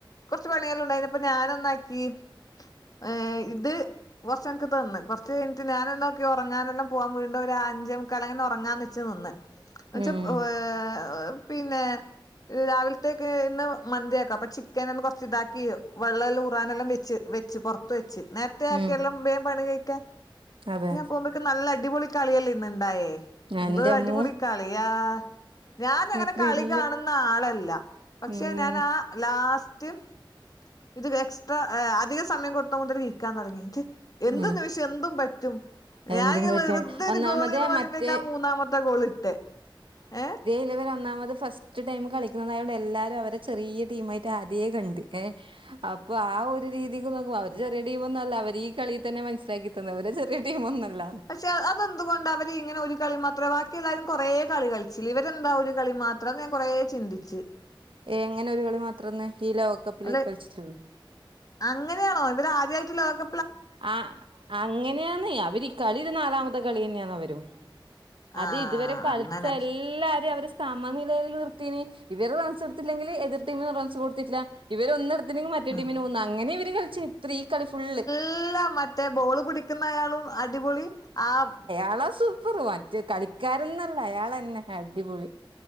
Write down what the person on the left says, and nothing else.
കൊർച്ച് പണിയെല്ലണ്ടായിനി അപ്പൊ ഞാനെന്നാക്കി ഏ ഇത് കൊച്ചൻക്ക് തന്ന് കൊറച്ചയ്ഞ്ഞിട്ട് ഞാനെന്താക്കി ഒറങ്ങാനല്ലാം പോവാൻ വീണ്ടും ഒരഞ്ചേ മുക്കാല് അങ്ങനെ ഒറങ്ങാന്നെച്ച് നിന്ന് ന്ന്ച്ചാ
ഏ പിന്നെ രാവിൽത്തേക്ക് ഇന്ന് മന്ത്യാക്കാ പ ചിക്കനൊന്ന് കൊർച്ച് ഇതാക്കി വെള്ളം എല്ലം ഊറാനെല്ലാം വെച്ച് വെച്ച് പൊ ർത്ത് വെച്ച് നേരത്തെ ആക്കിയെല്ലാം
വേം പണി കഴിക്ക
പോമ്പം ക്ക് നല്ല അടിപൊളി കളിയല്ലേ ഇന്ന്ണ്ടായേ എന്തോരടിപൊളി
കളിയാ ഞാൻ അങ്ങനെ
കളി കാണുന്ന ആളല്ല പക്ഷെ
ഞാനാ ലാസ്റ്റ് ഇത് എക്സ്ട്രാ അധിക സമയം കൊടുത്ത മുതല് ഇരിക്കാൻ തുടങ്ങി ഇത് എന്ത്
നിമിഷം എന്തും പറ്റും ഞാനിങ്ങനെ
വെർതൊരു
ഗോള് എന്ന് പറയുമ്പഴക്ക
ആ മൂന്നാമത്തെ ഗോള് ഇട്ടെ ഏ
പക്ഷെ അതെന്തുകൊണ്ടാ അവരിങ്ങനെ ഒരു കളി മാത്രം ബാക്കി എല്ലാരും കൊറേ കളി കളിച്ചില്ലെ ഇവരെന്താ ഒരു കളി മാ ത്രം ഞാൻ കൊറേ ചിന്തിച്ച്
അല്ലെ
അങ്ങനെയാണോ ഇവരാദ്യായിട്ട് ലോകക
ആഹ്
അങ്ങനെ.
ഉം.
ഫുള്ള് മറ്റേ ബോള് പിടിക്കുന്നയാളും അടിപൊളി ആഹ്